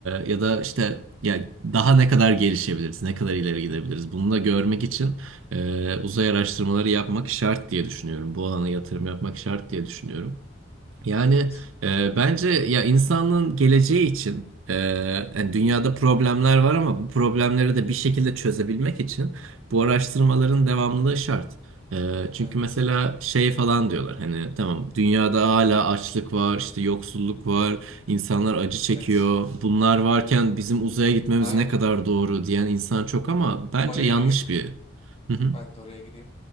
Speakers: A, on the right; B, on the left.
A: ya da işte ya daha ne kadar gelişebiliriz? Ne kadar ileri gidebiliriz? Bunu da görmek için e, uzay araştırmaları yapmak şart diye düşünüyorum. Bu alana yatırım yapmak şart diye düşünüyorum. Yani
B: evet,
A: e, bence ya insanlığın geleceği için e, yani dünyada problemler var ama bu problemleri de bir şekilde çözebilmek için bu araştırmaların devamlılığı şart. E, çünkü
B: evet,
A: mesela şey falan diyorlar hani tamam dünyada hala açlık var işte yoksulluk var insanlar acı çekiyor
B: evet.
A: bunlar varken bizim uzaya gitmemiz
B: Abi
A: ne kadar doğru diyen insan çok ama bence
B: oraya
A: yanlış
B: gireyim.
A: bir. Hı hı.
B: Ben de oraya gireyim.